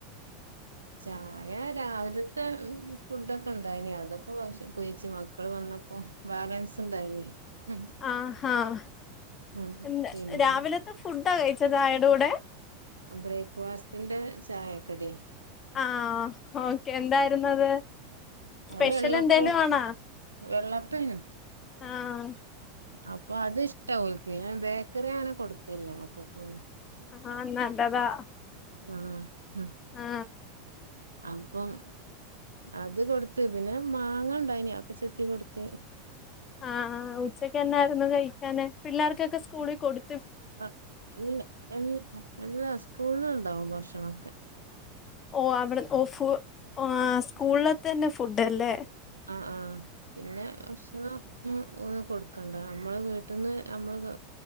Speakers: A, on the right; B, on the left.
A: ചായ രാവിലത്തെ ഫുഡൊക്കെ ഉണ്ടായിനി അതൊക്കെകഴിച്ചു മക്കള് വന്നപ്പോ ബാലൻസ് ഉണ്ടായിനി ഉം
B: ആഹ് ആഹ്
A: ഉം.
B: എന്താ
A: പിന്നെ
B: രാവിലത്തെ ഫുഡാ കഴിച്ചത് ചായയുടെ കൂടെ
A: ബ്രേക്ക്ഫാസ്റ്റിന്റെ ചായക്കടി
B: ആഹ് ഓക്കെ എന്തായിരുന്നത് സ്പെഷ്യൽ
A: അത് വെള്ളപ്പ
B: എന്തേലും ആണാ
A: വെള്ളപെയ്നി
B: ആഹ്
A: അപ്പൊ അത് ഇഷ്ടഓല്ക്ക് ഞാൻ ബേക്കറി അങ്ങനെ കൊടുക്കല്ല മക്കക്കൊന്നും
B: ആഹ് നല്ലതാ
A: ആഹ്
B: ആ
A: അപ്പം അത് കൊടുത്ത് പിന്നെ മാങ്ങ ഉണ്ടായിനി അതൊക്കെ ചെത്തി കൊടുത്ത്
B: ആഹ് ആ ഉച്ചക്ക് എന്നായിരുന്നു കഴിക്കാന് പിള്ളേർക്കൊക്കെ സ്കൂളിൽ കൊടു
A: ആ ഇല്ല എ എല്ലാ സ്കൂളില് ഉണ്ടാവും ഭക്ഷണൊക്കെ
B: ഓ അവിടെ ഓ ഫു സ്കൂളിൽതന്നെ ഫുഡ്ല്ലേ
A: ആ ആഹ് പിന്നെഭക്ഷണം ഒന്ന് കൊടുക്കണ്ട നമ്മള് വീട്ടിൽന്ന് നമ്മള്